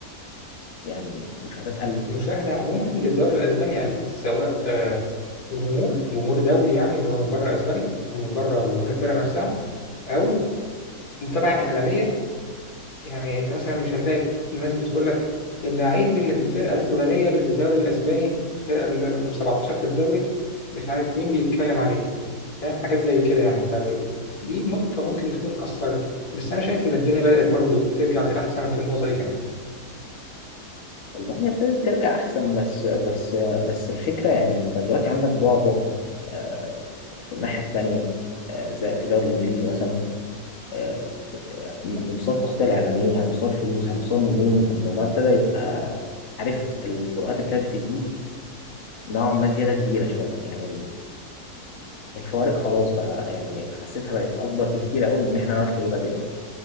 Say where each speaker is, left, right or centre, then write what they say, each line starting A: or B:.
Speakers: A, on the left (about 50°); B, on the left (about 70°).
A: يعني مش هتتقلب
B: المشاهدة عموما للدوري الأسباني قلت سواء آه، جمهور جمهور دولي يعني اللي هو من بره أسبانيا أو من بره جمهور الفرقة نفسها أو متابعة إعلامية يعني انت مثلا مش هتلاقي الناس بتقول لك اللعيب اللي في الفرقه الفلانيه اللي في الدوري الاسباني الفرقه اللي رقم 17 في الدوري مش عارف مين بيتكلم عليه فاهم حاجات زي كده يعني فال... دي نقطه ممكن تكون اثرت بس انا شايف ان الدنيا بدات برضو ترجع للاحسن في النقطه دي كمان
A: والله هي ابتدت ترجع احسن بس بس بس الفكره يعني انت دلوقتي عندك بعبع آه، في الناحيه التانيه آه، زي في الدوري الانجليزي مثلا آه، على مستوى التغطيه الاعلاميه على مستوى الفلوس على مستوى النجوم الموضوع ابتدى يبقى عارف الفروقات ابتدت تزيد نوعا ما زياده كبيره شويه يعني الفوارق خلاص بقى يعني حسيتها بقت اكبر بكتير قوي من ان احنا نعرف نجيبها دلوقتي